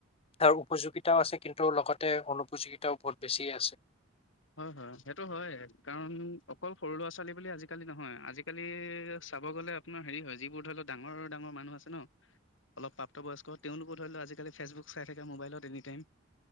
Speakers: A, on the left; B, on the left.
A: তাৰ উপযোগিতাও আছে কিন্তু লগতে অনুপযোগীতাও বহুত বেছি য়ে আছে।
B: হয় হয় সেইটো হয় কাৰণ অকল সৰু ল'ৰা ছোৱালী বুলি আজিকালি নহয়, আজিকালি চাব গ'লে আপোনাৰ হেৰি হয় যিবোৰ ধৰি লওক ডাঙৰ ডাঙৰ মানুহ আছে ন অলপ প্ৰাপ্তবয়স্ক তেওঁলোকো ধৰি লওক আজিকালি ফেচবুক চাই থাকে, মোবাইলত এনিটাইম